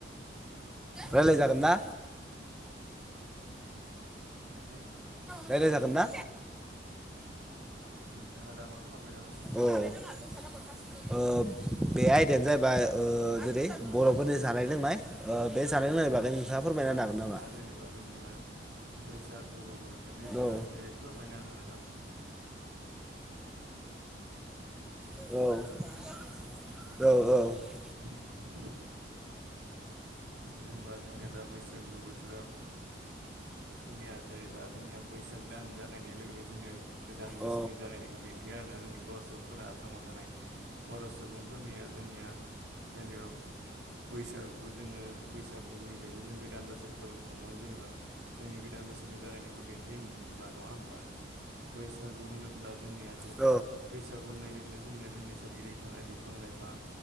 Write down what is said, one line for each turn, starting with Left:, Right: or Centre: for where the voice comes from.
Right: हेलौ
Centre: रायलायजागोनना?
Right: नोंथां <unintelligible>
Centre: रायलायजागोन ना?
Right: नोंथाङा दा मा खालामबाय दं?
Centre: अ बे आयदायानो जाहैबाय जेरै
Right: औ
Centre: बर'फोरनि जानाय लोंनाय
Right: आदसा
Centre: बे जानाय लोंनायनि बागै नोंथाङा फोरमायना
Right: दा नोंथाङा
Centre: हागोन नामा?
Right: जेनेबा जोंनिया बैसागु बोथोरनि सायाव
Centre: औ
Right: एसे फोरमायना होनो हागोन नामा?
Centre: औ औ औ
Right: <unintelligible> जेनेबा जोंनिया दा बैसागु बोथोराव जोंनिया जेरै दा जोंनिया बैसाग दान जागायनाय लोगो लोगो जोंनिया गोजान बोसोरनि
Centre: औ
Right: जागायनायखौ दिन्थियो आरोना जोंनि बर' सुबुंफोरा आसामाव थानाय बर' सुबुंफोरनिया जोंनिया जेनेबा बैसागुखौ जोङो बैसागुनिफ्रायसो जों गोदान बोसोरखौ हमो जेनेबा। जोंनि गोदान बोसोरनि जागायनायखौ दिन्थिबा नङा होनब्ला बैसागु होनोब्ला जोंनिया जेरै
Centre: औ
Right: बैसागु होननाय लोगो लोगो जोंनिया जोंनि सोरगिदिं थानाय बिफां लाइफां